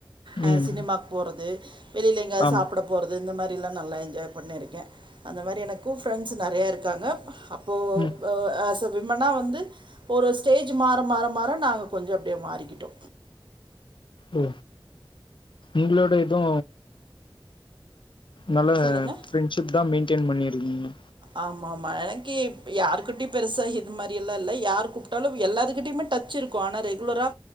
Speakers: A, on the right (about 60°); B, on the left (about 65°).
A: அ
B: ம்.
A: சினிமாக் போறது வெளில எங்கேயாது
B: ஆமா.
A: சாப்டப் போறது இந்த மாரில்லா நல்லா என்ஜாய் பண்ணியிருக்கே அந்த மாரி எனக்கு ஃப்ரெண்ட்ஸ் நெறையா இருக்காங்க அப் இப்போ
B: ம்.
A: அஸ்ஸ விமனா வந்து ஒரு ஸ்டேஜ் மாற மாற மாற நாங்க கொஞ்சோ அப்டியே மாறிக்கிட்டோ
B: ஓ எங்களோட இது நல்ல
A: சொல்லுங்கள்
B: பிரண்ட்ஷிப் தா மெயின்டென் பண்ணிருக்கீங்க
A: ஆமா ஆமா எனக்கே இப் யாருக் குட்டி பெருசா இது மாரியல்லா இல்ல யார் கூப்டாலு எல்லாருகிட்டயுமே டச் இருக்கு ஆனா ரெகுலரா